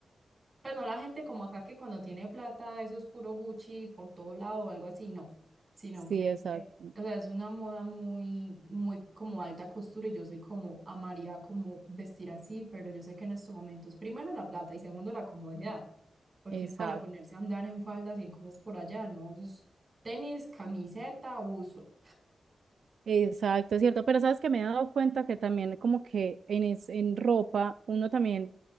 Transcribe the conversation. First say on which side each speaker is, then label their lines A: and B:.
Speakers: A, on the right; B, on the right.
A: pues no la gente como acá que cuando tiene plata, eso es puro Gucci por todo lado o algo así, no. Sino
B: Sí,
A: que,
B: exacto,
A: eh, o sea, es una moda muy, muy como alta costura y yo soy como amaría como vestir así, pero yo sé que en estos momentos, primero la plata y segundo la comodidad, porque
B: exacto,
A: uno para ponerse a andar en faldas y en cosas por allá, ¿no? Eso es tenis, camiseta, buzo.
B: exacto, es cierto. Pero sabes que me he dado cuenta que también como que en, es- en ropa uno también